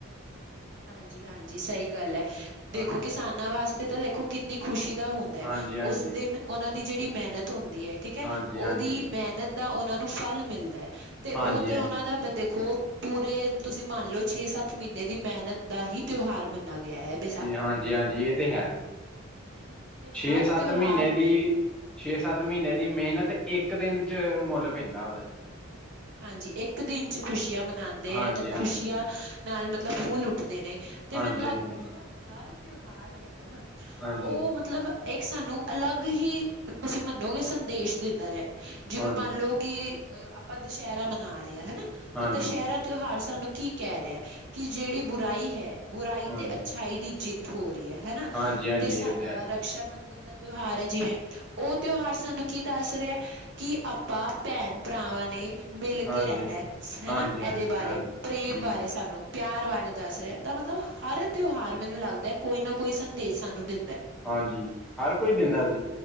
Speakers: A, on the right (about 55°); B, in the centre.
A: ਹਾਂਜੀ ਹਾਂਜੀ ਸਹੀ ਗੱਲ ਹੈ ਦੇਖੋ
B: ਹਾਂਜੀ
A: ਕਿਸਾਨਾਂ ਵਾਸਤੇ ਤਾਂ ਦੇਖੋ। ਕਿੰਨੀ ਖੁਸ਼ੀ ਦਾ ਹੁੰਦਾ ਹੈ
B: ਹਾਂਜੀ ਹਾਂਜੀ
A: ਉਸ ਦਿਨ ਉਹਨਾਂ ਦੀ ਜਿਹੜੀ ਮਿਹਨਤ ਹੁੰਦੀ ਹੈ। ਠੀਕ ਹੈ
B: ਹਾਂਜੀ
A: ਉਹਦੀ
B: ਹਾਂਜੀ
A: ਮਿਹਨਤ ਦਾ ਉਹਨਾਂ ਨੂੰ ਫਲ ਮਿਲਦਾ ਹੈ ਤੇ
B: ਹਾਂਜੀ
A: ਉਹ ਤੇ
B: ਹਾਂਜੀ
A: ਉਹਨਾਂ ਦਾ ਦੇਖੋ। ਪੂਰੇ ਤੁਸੀਂ ਮੰਨ ਲਓ ਛੇ ਸੱਤ ਮਹੀਨੇ ਦੀ ਮਿਹਨਤ ਦਾ ਹੀ ਤਿਉਹਾਰ ਮੰਨਿਆ ਗਿਆ ਹੈ। ਵਿਸਾਖੀ
B: ਹਾਂਜੀ ਹਾਂਜੀ ਇਹ ਤੇ ਹੈ
A: ਹਨਾ ਤੇ ਹਰ
B: ਛੇ ਸੱਤ
A: ਤਿਉਹਾਰ
B: ਮਹੀਨੇ ਦੀ। ਛੇ ਸੱਤ ਮਹੀਨੇ ਦੀ ਮਿਹਨਤ ਇੱਕ ਦਿਨ ਚ ਮੁੱਲ ਪੈਂਦਾ ਉਹਦਾ।
A: ਹਾਂਜੀ ਇੱਕ ਦਿਨ ਚ ਖ਼ੁਸ਼ੀਆਂ ਮਨਾਉਂਦੇ
B: ਹਾਂਜੀ
A: ਹੈ ਤੇ
B: ਹਾਂਜੀ
A: ਖੁਸ਼ੀਆਂ ਨਾਲ ਮਤਲਬ ਫੂਲ ਉੱਠਦੇ ਨੇ। ਤੇ
B: ਹਾਂਜੀ
A: ਮੈਨੂੰ ਲੱਗਦਾ
B: ਹਾਂਜੀ
A: ਜਿਹੜਾ ਹਰ ਤਿਉਹਾਰ ਹੈਗਾ ਨਾ
B: ਹਾਂਜੀ
A: ਉਹ ਮਤਲਬ। ਇੱਕ ਸਾਨੂੰ ਅਲੱਗ ਹੀ ਤੁਸੀਂ ਮੰਨੋਗੇ ਸੰਦੇਸ਼ ਦਿੰਦਾ ਰਿਹਾ ਜਿਵੇਂ
B: ਹਾਂਜੀ
A: ਮੰਨ ਲਓ। ਕਿ ਅ ਆਪਾਂ ਦੁਸਹਿਰਾ ਮਨਾ ਰਹੇ ਹਾਂ ਹੈਨਾ ਤਾਂ
B: ਹਾਂਜੀ
A: ਦੁਸਹਿਰਾ। ਤਿਉਹਾਰ ਸਾਨੂੰ ਕੀ ਕਹਿ ਰਿਹਾ ਕਿ ਜਿਹੜੀ ਬੁਰਾਈ ਹੈ ਬੁਰਾਈ
B: ਹਾਂਜੀ
A: ਤੇ ਅੱਛਾਈ ਦੀ ਜਿੱਤ ਹੋ ਰਹੀ ਹੈ ਹੈਨਾ
B: ਹਾਂਜੀ ਹਾਂਜੀ
A: ਤੇ ਸਾਡਾ
B: ਇਹ ਹੈ ਜੀ
A: ਰਕਸ਼ਾ ਬੰਧਨ ਦਾ ਤਿਉਹਾਰ ਹੈ ਜਿਵੇਂ ਉਹ ਤਿਉਹਾਰ ਸਾਨੂੰ ਕੀ ਦੱਸ ਰਿਹਾ ਕਿ ਆਪਾਂ ਭੈਣ ਭਰਾਵਾਂ ਨੇ। ਮਿਲ
B: ਹਾਂਜੀ
A: ਕੇ ਰਹਿਣਾ <unintelligible>
B: ਹਾਂਜੀ
A: ਇਹਦੇ
B: ਹਾਂਜੀ
A: ਬਾਰੇ
B: ਹਾਂਜੀ
A: ਪ੍ਰੇਮ
B: ਜੀ
A: ਬਾਰੇ
B: ਜੀ
A: ਸਾਨੂੰ। ਪਿਆਰ ਬਾਰੇ ਦੱਸ ਰਿਹਾ ਤਾਂ ਮਤਲਬ ਹਰ ਤਿਉਹਾਰ ਮੈਨੂੰ ਲੱਗਦਾ ਕੋਈ ਨਾ ਕੋਈ ਸੰਦੇਸ਼ ਸਾਨੂੰ ਦਿੰਦਾ।
B: ਹਾਂਜੀ, ਹਰ ਕੋਈ ਦਿੰਦਾ ਜੀ